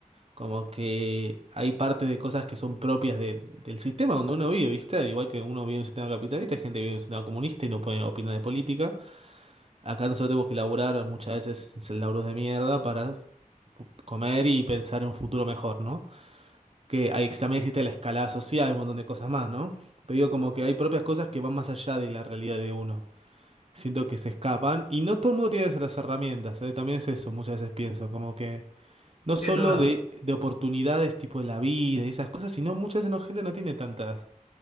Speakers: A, on the right; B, on the left.
A: Como que hay parte de cosas que son propias de- del sistema donde uno vive, ¿viste? Al igual que uno vive en un sistema capitalista, hay gente que vive en un sistema comunista y no puede opinar de política. Acá nosotros tenemos que laburar muchas veces en laburos de mierda para comer y pensar en un futuro mejor, ¿no? Que ahí también existe la escalada social, un montón de cosas más, ¿no? Pero digo, como que hay propias cosas que van más allá de la realidad de uno. Siento que se escapan y no todo el mundo tiene las herramientas, ¿eh? También es eso, muchas veces pienso, como que... No solo
B: Eso es verdad.
A: de, de oportunidades tipo de la vida y esas cosas, sino muchas veces no, gente no tiene tantas